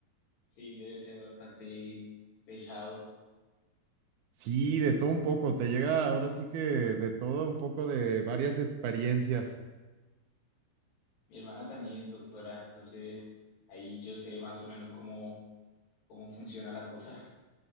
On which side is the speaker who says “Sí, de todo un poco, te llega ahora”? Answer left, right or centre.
Right